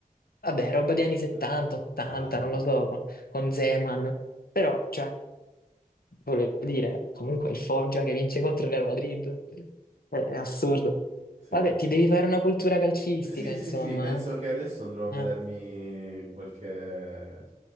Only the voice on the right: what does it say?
Eh,
Ah,
sì.
Eh, Sì,
sì, sì, penso che adesso andrò a vedermi
qualche